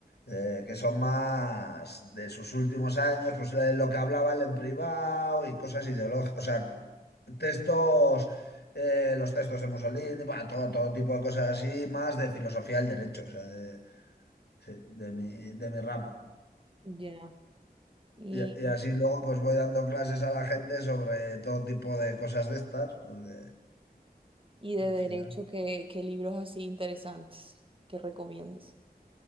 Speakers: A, on the left; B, on the right.
A: eh, que son más de sus últimos años, pues de lo que hablaba él en privado y cosas ideológicas, o sea, textos, eh, los textos de Mussolini, bah, todo, todo tipo de cosas así, más de filosofía del derecho, o sea, de, sí, de mi, de mi rama.
B: ya. Y,
A: Y, y así luego pues voy dando clases a la gente sobre todo tipo de cosas de estas, porque
B: y
A: al
B: de derecho,
A: final...
B: ¿qué, qué libros así interesantes que recomiendes?